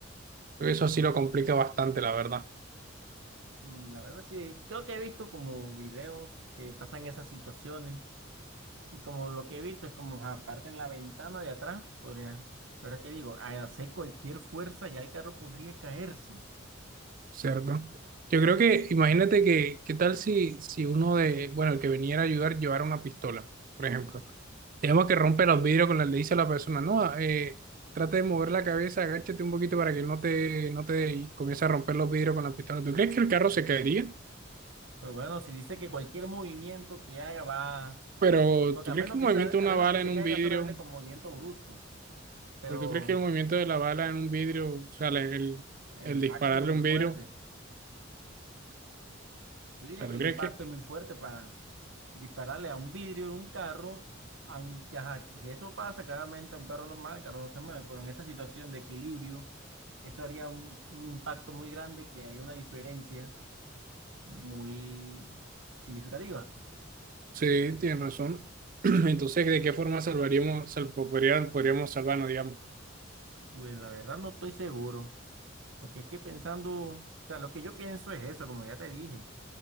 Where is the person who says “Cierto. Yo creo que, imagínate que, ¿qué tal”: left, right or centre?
Right